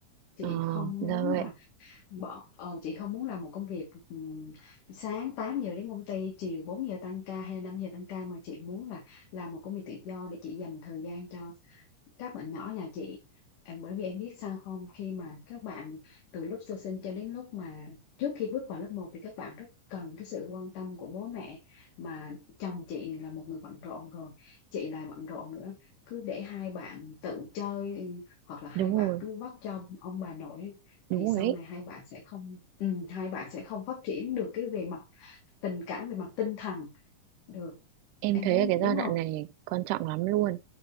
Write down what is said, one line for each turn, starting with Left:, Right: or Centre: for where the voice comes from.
Left: chị
Right: ờ
Left: không
Right: là
Left: muốn
Right: vậy
Left: là bỏ ờ, chị không muốn làm một công việc ừm, sáng 8 giờ đến công ty chiều 4 giờ tăng ca hay là 5 giờ tăng ca mà chị muốn là làm một công việc tự do để chị dành thời gian cho các bạn nhỏ nhà chị Em- bởi vì em biết sao không khi mà các bạn từ lúc sơ sinh cho đến lúc mà trước khi bước vào lớp một thì các bạn rất cần cái sự quan tâm của bố mẹ mà chồng chị là một người bận rộn rồi chị lại bận rộn nữa cứ để hai bạn tự chơi ừ, hoặc là hai
Right: đúng
Left: bạn
Right: rồi
Left: cứ vất cho ông bà nội
Right: đúng
Left: thì sau
Right: rồi ấy.
Left: này hai bạn sẽ không ừ, hai bạn sẽ không phát triển được cái về mặt tình cảm về mặt tinh thần được
Right: em
Left: em
Right: thấy
Left: thấy
Right: là cái
Left: đúng
Right: giai đoạn
Left: không
Right: này quan trọng lắm luôn